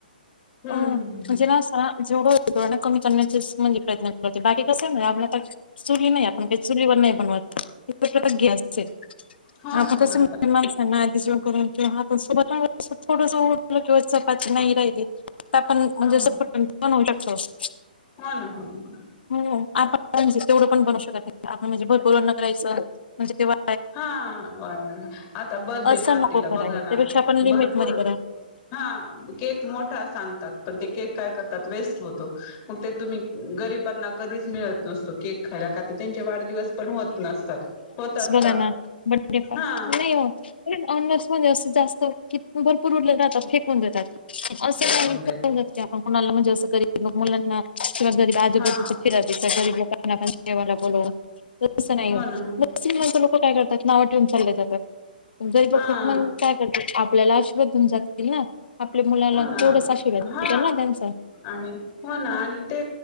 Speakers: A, on the left (about 25°); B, on the left (about 75°).
A: हम्म
B: अ म्हणजे ना अस हा जेवढ <unintelligible> कमी करण्याचेच म्हणजे प्रयत्न करते बाकी कसय आहे माहितीय का आपले आता चुली नाही आपण काही चुलीवर नाही बनवत <unintelligible> गॅसचे
A: हो
B: आता
A: ना हो
B: कस
A: ना
B: <unintelligible> आधी जेवन करून किंवा हात सोबत <unintelligible> थोडस उठलं किंवा चपाती नाही राहिली आपण म्हणजे
A: हो
B: असं पटकन पण होऊ शकत.
A: हो ना हो ना हो
B: हो आपण तेवढं पण बनू शकत नाही आपण म्हणजे भरपूर न करायचं म्हणजे तेव्हा
A: हा पण आता बर्थडे
B: असं
A: पार्टी पार्टीला
B: नको करायला
A: बघा ना
B: त्यापेक्षा आपण लिमिटमध्ये
A: भरपूर
B: करा
A: हा केक मोठा सांगतात. पण ते केक काय करतात? वेस्ट होतो. मग ते तुम्ही गरिबांना कधीच मिळत नसतो केक खायला ख त्यांचे वाढदिवस पण होत नसतात. होतात.
B: हो
A: का
B: ना बर्थडे पार्टी
A: हा
B: पण नाही होत. अन्नस म्हणजे अस जास्त कि भरपूर उरलेलं जातात फेकून देतात. असं
A: फेकून
B: <unintelligible>
A: देत
B: आपण कुणाला म्हणजे असं गरीब लोक मुलांना किंवा जरी आजूबाजूच
A: हा
B: फिरा तर गरीब लोकांना आपण जेवायला बोलवा तसं नाही
A: हो
B: नसिंगला
A: ना
B: तर लोक काय करतात नावं ठेऊून चालले जातात. जरी ब
A: हा
B: खूप मण काय करत आपल्याला आशिर्वाद देऊन जातात. देतील ना? आपल्या मुलाला
A: हो ना
B: तेवढाच आशिर्वाद
A: हा
B: भेटल ना त्यांचा.
A: आणि हो ना आणि ते